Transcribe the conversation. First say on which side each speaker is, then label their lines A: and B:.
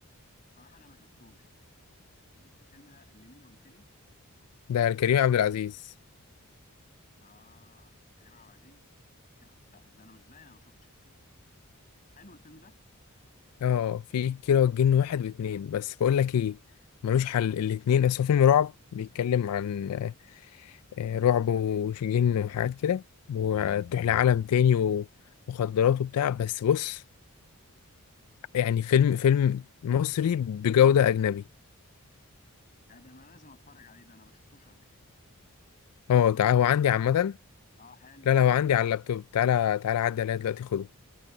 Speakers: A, on the left; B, on the left.
A: بصراحه انا ما شفتوش ال- الفيلم ده لمين قلت لي
B: ده كريم عبد العزيز
A: اه كريم عبد العزيز كده لا زي انا مش زي انا ما شفتش الفيلم ده حلو الفيلم ده
B: اه في كيرة والجن واحد واتنين بس بقول لك ايه ملوش حل الاتنين اصل هو فيلم رعب بيتكلم عن آه، رعب وجن وحاجات كده وتروح لعالم تاني ومخدرات وبتاع بس بص يعني فيلم فيلم مصري بجودة أجنبي
A: لا ده انا لازم اتفرج عليه ده انا ما شفتوش قبل كده
B: اه
A: طب ما
B: تعال
A: تبعت
B: هو عندي
A: لي لينك
B: عامة
A: اه حلو
B: لا لا هو عندي على اللابتوب تعالى تعالى عدي عليا دلوقتي خده